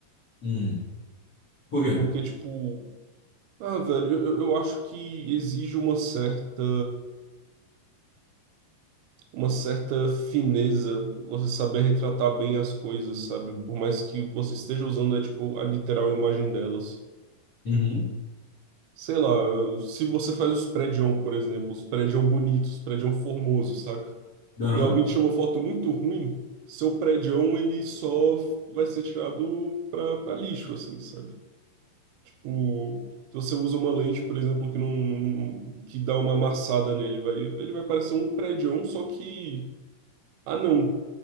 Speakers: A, on the left (about 50°); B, on the right (about 80°).
A: Hum. Por quê?
B: Porque, tipo. Ah, velho, eu, eu eu acho que exige uma certa. uma certa fineza, você saber retratar bem as coisas, sabe? Por mais que o você esteja usando é tipo a literal imagem delas.
A: Uhum.
B: Sei lá, se você faz os prédios, por exemplo, os prédios bonitos, os prédios formosos, saca?
A: Aham.
B: E alguém tira uma foto muito ruim, seu prédião ele só vai ser tirado pra, pra lixo, assim, sabe? Tipo, se você usa uma lente, por exemplo, que não, não- que dá uma amassada nele, vai, ele vai parecer um prédião, só que ah não